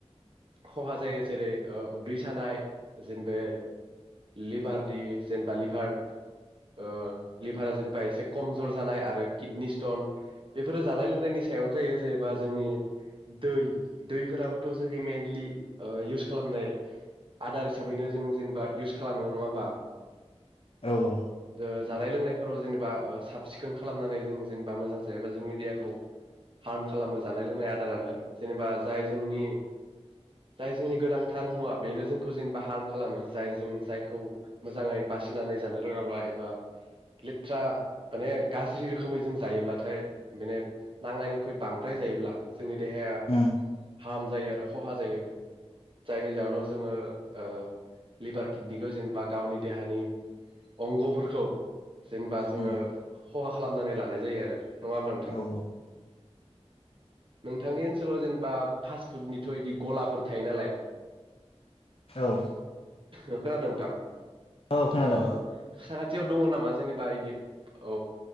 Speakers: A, on the right; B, on the left.
A: खहा जायो जेरै ओ उदै सानाय जेनेबा लिभारनि जेनेबा लिभार ओ लिभारा जेनब एसे कम जर जानाय आरो किडनि स्टन बेफोरो जानाय लोंनायनि सायावनो जायो जेनेबा जोंनि दै दै फोराबो थ' जोंनि मइेनलि ओ इउस खालामनाय आदार हिसाबैनो जों जेनेबा इउस खालामो नङा होमबा
B: औ औ
A: ओ जानाय लोंनायफोराव जेनेबा ओ साब सिखोन खालामनानै जों जेनबा मोजां जायाबा जोंनि देहाखौ हार्म खालामो जानाय लोंनाय आदारानो जेनेबा जाय जोंनि जाय जोंनि गोनांथार मुवा बेनो जोंखौ जेनेबा हार्म खालामो जाय जों जायखौ मोजाङै बासिनानै जानो रोङाब्ला एबा लेथ्रा माने गाज्रि रोखोमै जों जायोब्लाथाय माने नांनायनिख्रुइ बांद्राय जायोब्ला जोंनि देहाया
B: उम
A: हाम जायो आरो खहा जायो जायनि जाहोनाव जोङो ओ लिभार किडनिखौ जेनबा गावनि देहानि अंग'फोरखौ जेनबा जोङो
B: उम
A: खहा खालामनानै लानाय जायो आरो। नङा होमबा नोंथां?
B: औ
A: नोंथांनि ओनसोलाव जेनेबा फासट फुटनिथ' इदि गलाफोर थायो नालाय
B: औ
A: ओ खोनादों। दा
B: औ खोनादों
A: ओ साराद थियाव दङ नामा जेनेबा इदि औ